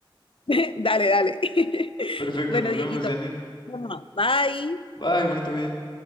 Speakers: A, on the left (about 75°); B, on the left (about 60°).
A: <laughs> Dale, dale. <laughs>
B: Perfecto,
A: Bueno,
B: nos
A: Dieguito,
B: vemos, Janine.
A: vamos. Bye.
B: Bye, bonito día.